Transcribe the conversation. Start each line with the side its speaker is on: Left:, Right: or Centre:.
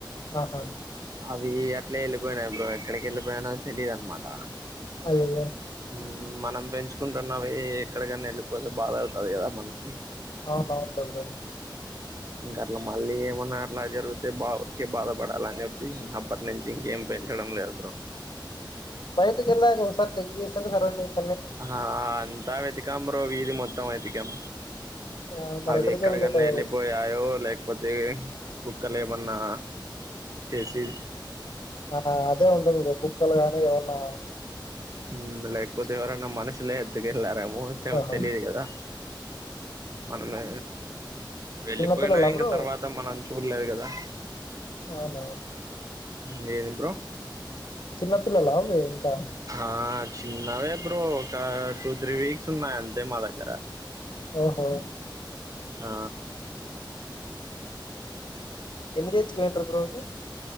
Left: అ హా
Right: అవీ అట్లే ఎళ్ళి పోయినై బ్రో ఎక్కడికి వెళ్ళిపోయినయో తెలియదు అనమాట.
Left: అయ్యయ్యో
Right: హ్మ్ మనం పెంచుకుంటున్నవి ఎక్కడికన్నా ఎళ్ళిపోతే బాధ అవుతది కదా మనకి.
Left: అవునవును <unintelligible>
Right: ఇంక అట్లా మళ్ళీ ఏమన్నా అట్లా జరిగితే బా కే బాధపడాలని చెప్పి అప్పటి నుంచి ఇంకేం పెంచడం లేదు బ్రో.
Left: బయటికి ఎల్లారు సార్ చెక్ చేస్తర్ సరౌండింగ్.
Right: ఆ అంతా వెతికాం బ్రో వీది మొ త్తం వెతికం.
Left: ఆ మరి
Right: అవి
Left: ఎక్కడికి
Right: ఎక్కడికన్నా
Left: వెళ్తుంటాయి
Right: వెళ్ళిపోయాయో లేకపోతే కుక్కలేమ న్నా చేసి
Left: ఆ అదే ఉంటుంది బ్రో కుక్కలు గాని ఏవన్నా
Right: హ్మ్ లేక్పోతే ఎవరన్నా మనషులే ఎత్తుకెల్లారేమో పోవచ్చేమో
Left: ఆహా
Right: తెలియదు కదా మనమే వెళ్ళిపోయినా
Left: చిన్నపిల్లలా
Right: ఇంక
Left: బ్రో
Right: తర్వాత మనం చూడలేదు కదా
Left: అవునా
Right: లేదు బ్రో
Left: చిన్నపిల్లలా అవి ఇంకా
Right: ఆ చిన్నవే బ్రో ఒకా టూ, త్రీ, వీక్స్ ఉన్నాయి అంతే మా దగ్గర.
Left: ఓహో
Right: ఆ
Left: ఎన్ని తెచ్చుకొని ఉంటరు బ్రో అవి